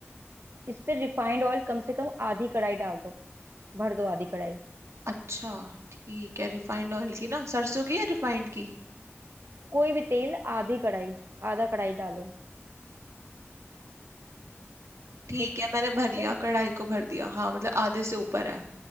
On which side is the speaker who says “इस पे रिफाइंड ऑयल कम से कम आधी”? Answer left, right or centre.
Right